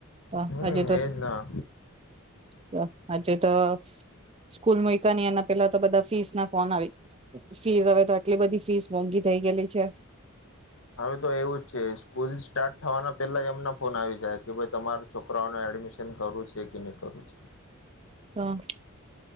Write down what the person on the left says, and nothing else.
હમ્મ
એજના.
હવે તો એવું જ છે. સ્કૂલ સ્ટાર્ટ થવાના પૈલા એમના ફોન આવી જાય કે ભાઈ તમારા છોકરાઓને એડમિશન કરવું છે કે નહી કરવું છે.